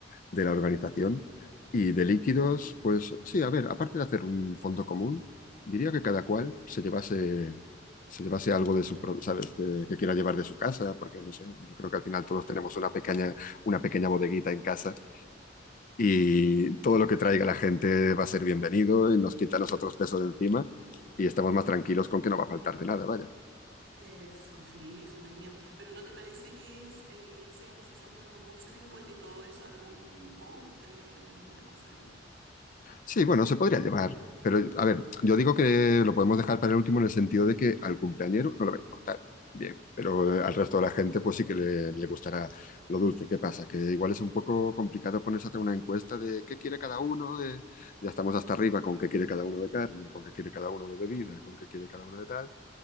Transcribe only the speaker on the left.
de la organización. Y
de líquidos, pues sí, a ver, aparte de hacer un fondo común, diría que cada cual se llevase, se llevase algo de su, pro- ¿sabes? de- que quiera llevar de su casa, porque no sé, yo creo que al final todos
tenemos una pequeña, una pequeña bodeguita en casa y todo lo que traiga la gente va a ser bienvenido y nos quita a nosotros peso de encima y estamos más tranquilos con que no va a faltar de nada, vaya.
Sí, bueno, se podría llevar, pero a ver, yo digo que lo podemos dejar para el último en el sentido de que al cumpleañero no le va a importar. Bien, pero eh, al resto de la gente pues sí que le, le gustará lo dulce. ¿Qué pasa? Que igual es un poco complicado ponerse a hacer una encuesta de qué quiere cada uno, de... ya estamos hasta arriba con qué quiere cada uno de carne, con qué quiere cada uno de bebida, con qué quiere cada uno de tal.